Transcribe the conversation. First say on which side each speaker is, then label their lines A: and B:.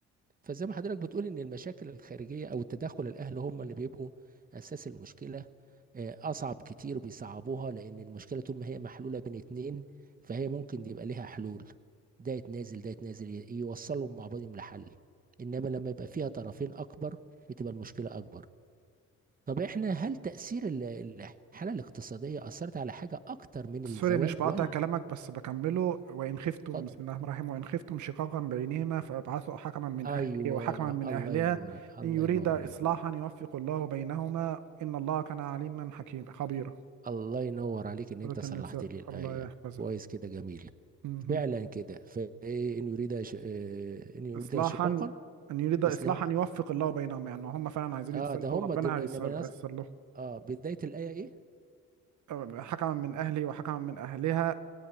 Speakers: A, on the right; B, on the right.
A: فزي ما حضرتك بتقول ان المشاكل الخارجيه او التدخل الاهلي هم اللي بيبقوا اساس المشكله آه، اصعب كتير بيصعبوها لان المشكله طول ما هي محلوله بين اتنين فهي ممكن يبقى ليها حلول ده يتنازل ده يتنازل ي- يوصلوا مع بعضهم لحل انما لما يبقى فيها طرفين اكبر بتبقى المشكله اكبر طب احنا هل تاثير ال- الحاله الاقتصاديه اثرت على حاجه اكتر من الزواج
B: سوري مش بقطع
A: ولا
B: كلامك بس بكمله وإن خفتم
A: اتفضل
B: بسم الله الرحمن الرحيم وإن خفتم شقاقا بينهما فابعثوا حكما من
A: ايوه
B: أهله وحكما من
A: الله
B: أهلها
A: ينور الله
B: إن يريدا
A: ينور عليكم
B: إصلاحا يوفق الله بينهما إن الله كان عليما حكيما خبيرا
A: الله ينور عليك ان
B: سورة
A: انت صلحت
B: النساء
A: لي الايه
B: الله يحفظك
A: كويس كده جميل
B: مهم.
A: فعلا كده فايه ان يريد ش... آه، ان يريد
B: إصلاحا
A: شقاقا
B: أن يريد إصلاحا
A: اصلاح
B: يوفق الله بينهما يعني هم فعلا عايزين
A: اه
B: يتصلحوا
A: ده هم
B: ربنا
A: دول
B: هيصل-
A: انما
B: هيصلح
A: نص... اه بدايه الايه ايه
B: لهم حكما من أهلي وحكما من أهلها